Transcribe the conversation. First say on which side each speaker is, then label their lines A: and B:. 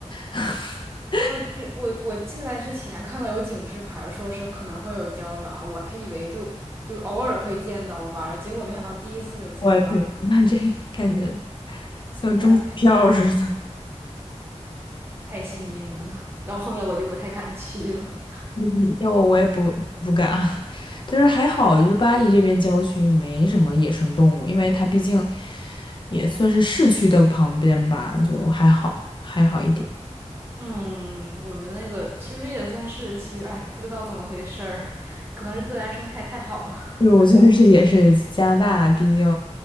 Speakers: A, on the left (about 45°); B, on the right (about 20°).
A: <laughs>
B: 哦，对，我我进来之前看到有警示牌儿，说是可能会有郊狼，我还以为就就偶尔会见到吧，然后结果没想到第一次就见到，
A: 我天，<laughs> 那这感觉像中彩票似的。
B: 呃，
A: <laughs>
B: 太幸运了。然后后面我就不太敢去了。
A: 嗯要我我也不不敢，<laughs> 但是还好，就是巴黎这边郊区没什么野生动物，因为它毕竟也算是市区的旁边吧，就还好，还好一点。
B: 嗯，我们那个其实也算市区，哎，不知道怎么回事儿，可能是自然生态太好了。
A: 对，我觉得是也是加拿大，毕竟，